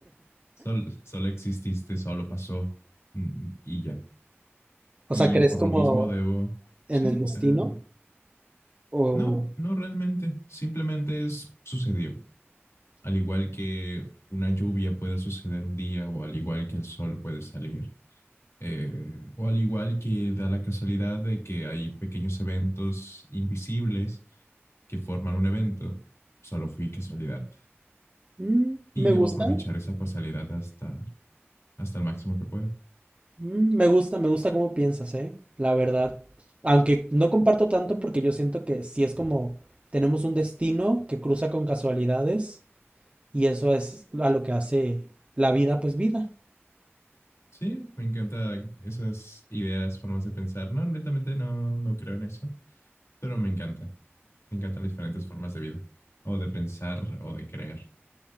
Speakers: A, on the left; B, on the right.
A: solo solo exististe, solo pasó mm, y ya.
B: O
A: y
B: sea, ¿crees
A: por
B: como
A: lo mismo debo,
B: en
A: sí,
B: el destino?
A: o sea,
B: O
A: no, no realmente, simplemente es, sucedió, al igual que una lluvia puede suceder un día o al igual que el sol puede salir. Eh, o al igual que da la casualidad de que hay pequeños eventos invisibles que forman un evento, solo fui casualidad.
B: Mm,
A: Y
B: me
A: debo
B: gusta.
A: aprovechar esa casualidad hasta, hasta el máximo que pueda.
B: Mm, Me gusta, me gusta cómo piensas, ¿eh? La verdad. Aunque no comparto tanto porque yo siento que sí es como tenemos un destino que cruza con casualidades y eso es a lo que hace la vida, pues vida.
A: Sí, me encantan esas ideas, formas de pensar. No, netamente no, no creo en eso, pero me encanta. Me encantan las diferentes formas de vida, o de pensar, o de creer.